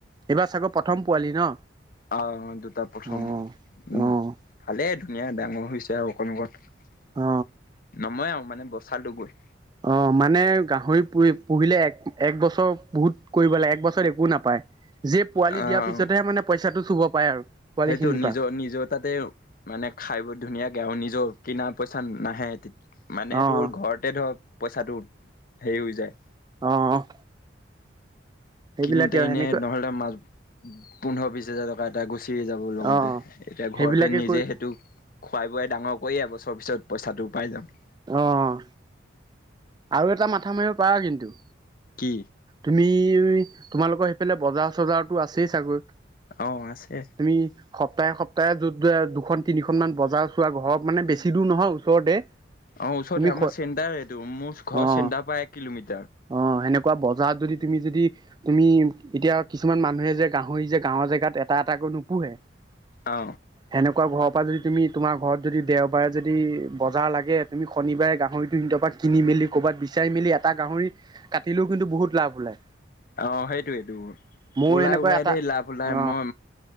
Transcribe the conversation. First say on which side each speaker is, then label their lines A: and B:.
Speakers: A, on the right; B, on the left.
A: এইবাৰ চাগৰ প্ৰথম পোৱালি ন।
B: অ দুটা প্ৰথম
A: অঁ
B: উম
A: অঁ
B: ভালেই দুনিয়া ডাঙৰ হৈছে আৰু অকণ অকণ
A: অ',
B: নমই আৰু মানে বস্ত চালোগৈ
A: অ', মানে গাহৰি পুহি পুহিলে এক এক বছৰ বহুত কৰিব লাগে এক বছৰ একো নাপায় যে পোৱালি
B: আহ
A: দিয়াৰ পিছতহে মানেইচাটো চুব পায় আৰু পোৱালি
B: সেইটো
A: খিনিৰ
B: নিজৰ
A: পৰা
B: নিজৰ তাতে মানে খাই ব ধুনীয়াকে আৰু নিজৰ কিনা পইচা নাহে মানে
A: অ',
B: তোৰ ঘৰতে ধৰক পইচাটো হেৰি হৈ যায়।
A: অ' সেইবিলাকে
B: কিনোতে এনেই
A: সেনেকৈ
B: নহ'লে মা পোন্ধৰ বিশ হাজাৰ টকা এটা গুছ যাব লগতে
A: অ',
B: এতিয়া
A: সেইবিলাকে
B: ঘৰতে নিজে
A: কৰি
B: সেইটো খুৱাই বোৱাই ডাঙৰ কৰি আহ ভব্যিছত পইচাটোও পাই যাম
A: আহ আৰু এটা মাথা মাৰিব পাৰা কিন্তু,
B: কি
A: তুমি, তোমালোকৰ সেইফালে বজাৰ চজাৰতো আছেই চাগৈ। তুমি,
B: অ আছে
A: সপ্তাহে সপ্তাহে যত দুখন তিনিখন মান বজাৰ চোৱা ঘৰত মানে বেছি দূৰ নহয় ওচৰতে।
B: অ ওচৰতে
A: তুমি
B: আমাৰ চেণ্টাৰ এইটো মোৰ ঘৰৰ
A: অ',
B: চেণ্টাৰ পৰা এক কিলোমিটাৰ
A: অ' সেনেকুৱা কোৱা বজাৰত যদি তুমি যদি তুমি এতিয়া কিছুমান মানুহে যে গাহৰি যে গাঁৱৰ জেগাত। তাত আকৌ নোপোহে সেনেকুৱা
B: অ
A: ঘৰৰ পৰা যদি। তুমি তোমাৰ ঘৰত যদি দেওবাৰে যদি বজাৰ লাগে। তুমি শনিবাৰে গাহৰিটোাত কিন মেলি ক'ৰবাত। চাৰি মেলি এটা গাহৰি কাটিলেও কিন্তু বহুত লাভ ওলায়।
B: অ 'সেইটোয়েইটো
A: ময়ো
B: ওলাই
A: এনেকুৱা
B: ওলাই
A: এটা
B: দেই লাভ লাই
A: অ
B: মই